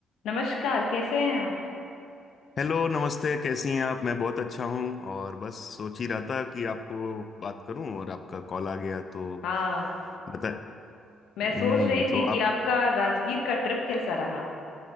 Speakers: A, on the left; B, on the left.
A: नमस्कार कैसे हैं आप
B: Hello नमस्ते कैसी हैं आप मैं बहुत अच्छा हूँ और बस सोच ही रहा था कि आपको बात करूं और आपका कॉल आ गया तो
A: हाँ
B: बता
A: मैं सोच
B: हम्म
A: रही थी
B: तो
A: कि
B: आप
A: आपका राजगीर का ट्रिप कैसा रहा